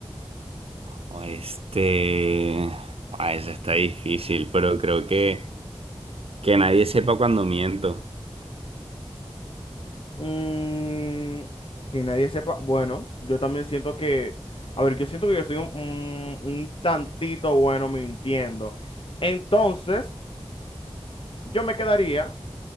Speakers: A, on the right; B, on the left.
A: O Este. Ah, esa está difícil, pero creo que, que nadie sepa cuando miento.
B: Mm, que nadie sepa. Bueno, yo también siento que, a ver, yo siento que yo soy un, un- un tantito bueno mintiendo. Entonces, yo me quedaría